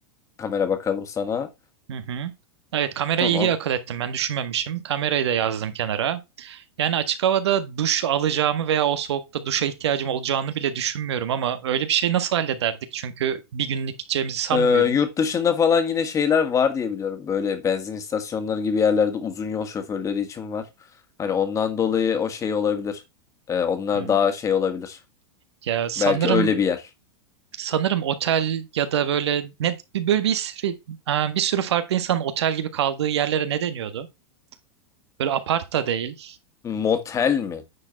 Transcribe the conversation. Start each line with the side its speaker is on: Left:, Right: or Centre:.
Left: kamera bakalım sana.
Right: Hı hı. Evet kamerayı
Left: Tamam.
Right: iyi akıl ettim ben düşünmemişim. Kamerayı da yazdım kenara. Yani açık havada duş alacağımı veya o soğukta duşa ihtiyacım olacağını bile düşünmüyorum ama öyle bir şey nasıl hallederdik? Çünkü bir günlük gideceğimizi sanmıyorum.
Left: Ee, yurt dışında falan yine şeyler var diye biliyorum. Böyle benzin istasyonları gibi yerlerde uzun yol şoförleri için var. Hani ondan dolayı o şey olabilir. Ee, onlar
Right: Hı.
Left: daha şey olabilir.
Right: Ya sanırım
Left: Belki öyle bir yer.
Right: Sanırım otel ya da böyle ne bir- böyle bir sürü, e, bir sürü farklı insanın otel gibi kaldığı yerlere ne deniyordu? Böyle apart da değil,
Left: Motel mi?